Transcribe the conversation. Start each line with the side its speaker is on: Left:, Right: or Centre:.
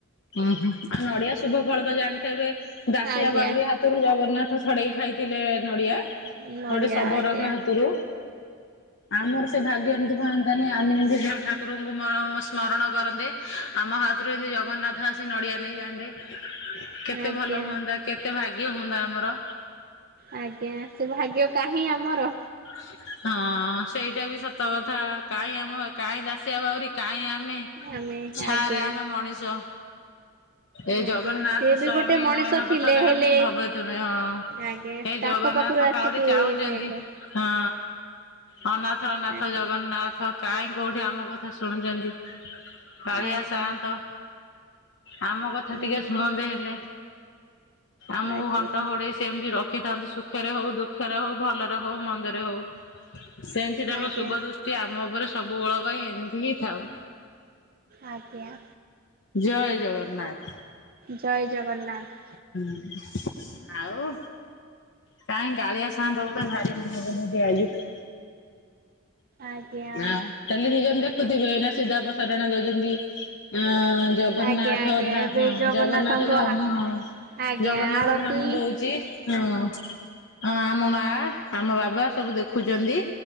Left: <unintelligible> ଆଉ ନଡିଆ ଶୁଭ ଫଳ ତ ଜାଣିଥେବେ, ଦାଶିଆ
Right: ଆଜ୍ଞା।
Left: ବାଉରି ହାତରୁ ଜଗନ୍ନାଥ ଛଡେଇକି ଖାଇ ଥିଲେ ନଡ଼ିଆ।
Right: ନଡ଼ିଆ
Left: <unintelligible> ଶବରଙ୍କ
Right: ଆଜ୍ଞା
Left: ହାତୁରୁ ଆମର ସେ ଭାଗ୍ୟ ଏମ୍ତି <unintelligible> ତହେନେ ଆମେ ଏନ୍ତି <unintelligible> ଠାକୁରଙ୍କୁ ସ୍ମରଣ କରନ୍ତେ ଆମ ହାତୁରୁ ଏମ୍ତି ଜଗନ୍ନାଥ <unintelligible> ଆସି ନଡ଼ିଆ ନେଇଯାଆନ୍ତେ, କେତେ
Right: ଆଜ୍ଞା
Left: ଭଲ ହୁଅନ୍ତା କେତେ ଭାଗ୍ୟ ହୁଅନ୍ତା ଆମର।
Right: ଆଜ୍ଞା, ସେ ଭାଗ୍ୟ କାହିଁ ଆମର।
Left: <inaudible> ହଁ ସେଇଟା ବି ସତ କଥା, କାହିଁ ଆମ କାହିଁ ଦାସିଆ ବାଉରି କାହିଁ ଆମେ।
Right: ଆମେ
Left: ଛାରେ
Right: ଆଜ୍ଞା
Left: ଆମେ ମଣିଷ। ଏ
Right: ଆଜ୍ଞା
Left: ଜଗନ୍ନାଥ
Right: ସିଏ ବି
Left: ସ୍ଵାମୀ
Right: ଗୋଟେ ମଣିଷ
Left: ନୟନ
Right: ଥିଲେ
Left: ପଥଗାମୀ
Right: ହେଲେ
Left: ଭବେ ତୁମେ ହଁ।
Right: ଆଜ୍ଞା
Left: ଏ
Right: ତାଙ୍କ
Left: ଜଗନ୍ନାଥ
Right: ପାଖରୁ ଆସିକି
Left: <unintelligible> ଗୋଟେ ଚାହୁଁଚନ୍ତି
Right: ନେଲେ
Left: ହଁ। ଅନାଥର ନାଥ
Right: ଆଜ୍ଞା
Left: ଜଗନ୍ନାଥ। କାହିଁ କୋଉଠି ଆମ କଥା ଶୁଣୁଚନ୍ତି କାଳିଆ
Right: ଆଜ୍ଞା
Left: ସାଆନ୍ତ ଆମ କଥା
Right: ହୁଁ
Left: ଟିକେ ଶୁଣନ୍ତେ ହେଲେ। ଆମୁକୁ
Right: ଆଜ୍ଞା
Left: ଘଣ୍ଟ ଘୋଡେଇ ସେମ୍ତି ରଖିଥାନ୍ତୁ, ସୁଖେରେ ହଉ ଦୁଖେରେ ହଉ ଭଲେରେ ହଉ ମନ୍ଦେରେ ହଉ। ସେନ୍ତି ତାଙ୍କ
Right: ଆଜ୍ଞା
Left: ଶୁଭ ଦୃଷ୍ଟି ଆମ ଓପରେ ସବୁ ବେଳ ପାଇଁ ଏମ୍ତି ହିଁ ଥାଉ।
Right: ଆଜ୍ଞା।
Left: ଜୟ ଜଗନ୍ନାଥ।
Right: ଜୟ ଜଗନ୍ନାଥ।
Left: ହଁ, ଆଉ। କାହିଁ କାଳିଆ ସାଅନ୍ତ ତ ଭାରି। <unintelligible>
Right: ଆଜ୍ଞା
Left: ହ ଟେଲିଭିଜନ ଦେଖୁଥିବେନା ସିଧାପ୍ରସାରଣ ଦଉଛନ୍ତି, ଆ ଜଗନ୍ନାଥ
Right: ଆଜ୍ଞା ଆଜ୍ଞା
Left: ଧାମ
Right: ଏବେ
Left: ହଁ
Right: ଜଗନ୍ନାଥଙ୍କ
Left: ଜଗନ୍ନାଥ ଧାମ
Right: ଆ
Left: ହଁ।
Right: ଆଜ୍ଞା
Left: ଜଗନ୍ନାଥ
Right: ଆଳତି
Left: ଧାମ ଦଉଛି, ହଁ। ହଁ ଆମ ମାଆ, ଆମ ବାବା ସବୁ ଦେଖୁଛନ୍ତି